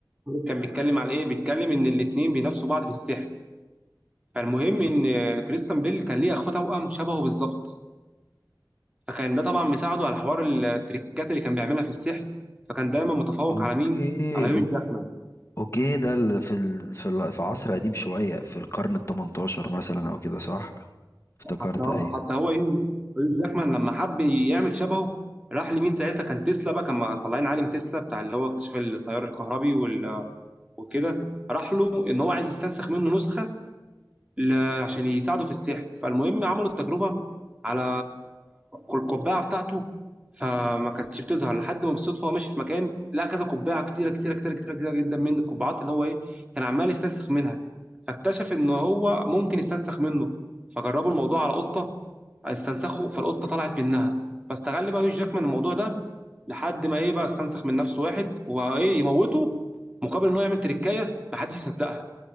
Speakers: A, on the right; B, on the left.
A: كان بيتكلم عن إيه؟ بيتكلم إن الاتنين بينافسوا بعض في السحر فالمهم إن كريستيان بيل كان ليه أخوه توأم شبهه بالظبط فكان ده طبعا مساعده على حوار التريكات اللي كان بيعملها في السحر فكان دايما متفوق
B: اوكي
A: على مين؟ على يوش
B: أو-
A: جاكمان
B: اوكي ده ال- في ال... في ال... في عصر قديم شوية في القرن التمنتاشر مثلا او كده صح افتكرت
A: حتى
B: ايوه
A: حتى هو يوش يوش جاكمان لما حب يعمل شبهه راح لمين ساعتها كان تسلا بقى كان طالعين عالم تسلا بتاع اللي هو اكتشاف التيار الكهربي وال- وكده راح له ان هو عايز يستنسخ منه نسخه ل- عشان يساعده في السحر فالمهم عملوا التجربة على القبعة بتاعته فما كانتش بتظهر لحد ما بالصدفة هو ماشي في مكان لقى كذا قبعة كتيرة كتيرة كتيرة كتيرة كتيرة جدا من القبعات اللي هو إيه كان عمال يستنسخ منها فاكتشف إن هو ممكن يستنسخ منه فجربوا الموضوع على قطة استنسخوا فالقطة طلعت منها فاستغل بقى هيو جاكمان الموضوع ده لحد ما إيه بقى استنسخ من نفسه واحد وإيه يموته مقابل إن هو يعمل تريكاية محدش يصدقها